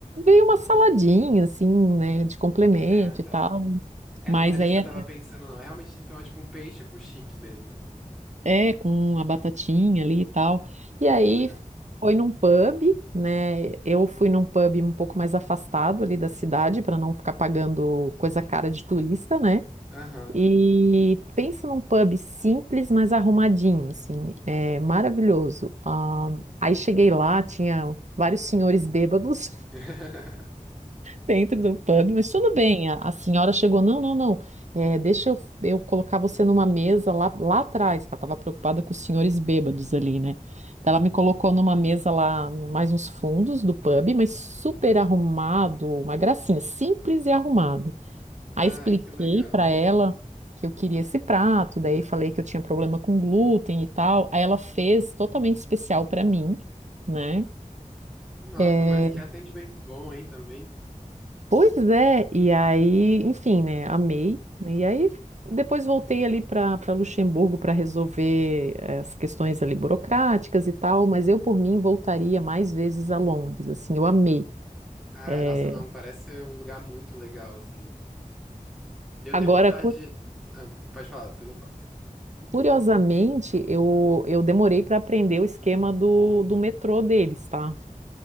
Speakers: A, on the right; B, in the centre.
A: Veio uma saladinha, assim, né, de complemento
B: Ah, tá.
A: e tal,
B: É,
A: mas
B: não não era
A: aí
B: isso que eu
A: é,
B: tava pensando, não. É realmente, então, é tipo um peixe com chips mesmo, né?
A: é com a batatinha ali e tal. E
B: Olha,
A: aí
B: que legal.
A: foi num pub, né, eu fui num pub um pouco mais afastado ali da cidade, para não ficar pagando coisa cara de turista, né,
B: Aham.
A: E pensa num pub simples, mas arrumadinho, assim, é maravilhoso. Ah, aí cheguei lá, tinha vários senhores bêbados <laughs>
B: <laughs>
A: dentro do pub, mas tudo bem. A, a senhora chegou, não, não, não, é, deixa eu, eu colocar você numa mesa lá, lá atrás, que ela estava preocupada com os senhores bêbados ali, né? Então, Ela me colocou numa mesa lá, no- mais nos fundos do pub, mas super arrumado, uma gracinha, simples e arrumado. Aí
B: Ai,
A: expliquei
B: que legal.
A: pra ela que eu queria esse prato, daí falei que eu tinha problema com glúten e tal. Aí ela fez totalmente especial pra mim, né?
B: Nossa,
A: É,
B: mas que atendimento bom, hein, também.
A: pois é, e aí, enfim, né? Amei. E aí depois voltei ali para para Luxemburgo para resolver eh, as questões ali burocráticas e tal, mas eu por mim voltaria mais vezes a Londres, assim, eu amei.
B: Ai,
A: É,
B: nossa, não, parece ser um lugar muito legal, assim. Eu
A: agora
B: tenho vontade de... Ah, pode falar, depois eu falo.
A: Curiosamente, eu, eu demorei para aprender o esquema do, do metrô deles, tá?